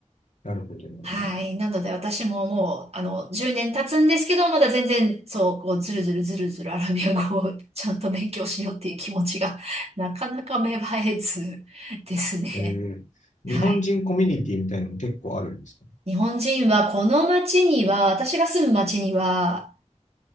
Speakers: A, on the left (about 75°); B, on the right (about 55°).
A: なるほど、なるほど。
B: はい。なので私ももう、あの、10年経つんですけど、まだ全然、そう、こう、ずるずるずるずるアラビア語をちゃんと勉強しようっていう気持ちが、なかなか芽生えずですね。
A: えー、日本人コミュニティみたいなのも結構あるんですか
B: はい。日本人はこの町には、私が住む町には、